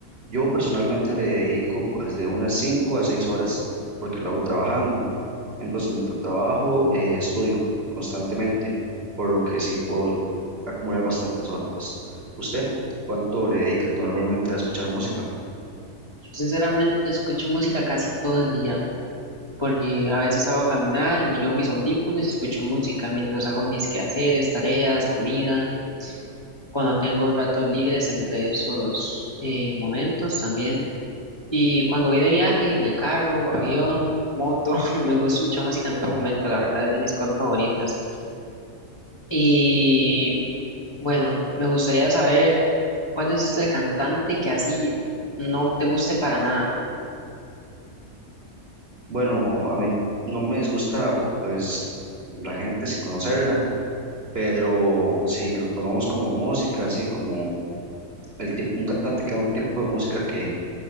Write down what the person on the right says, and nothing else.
Yo personalmente le dedico pues de unas 5 a 6 horas porque lo hago trabajando. Entonces mientras trabajo eh, estudio constantemente, por lo que sí puedo acumular bastantes horas. ¿Usted cuánto le dedica normalmente a escuchar música?
Bueno, a mí no me disgusta pues la gente sin conocerla pero si lo tomamos como música, así como el tipo, un cantante que haga un tipo de música que,